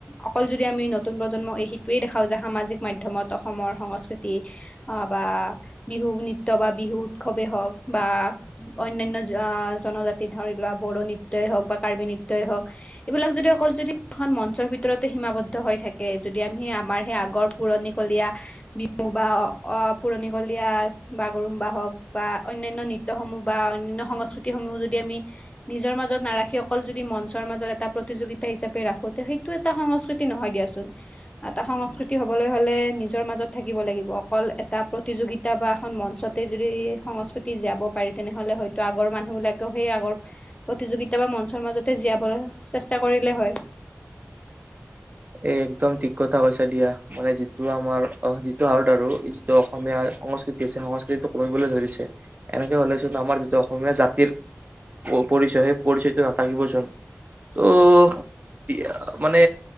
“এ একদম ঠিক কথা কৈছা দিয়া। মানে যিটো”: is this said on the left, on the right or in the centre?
Right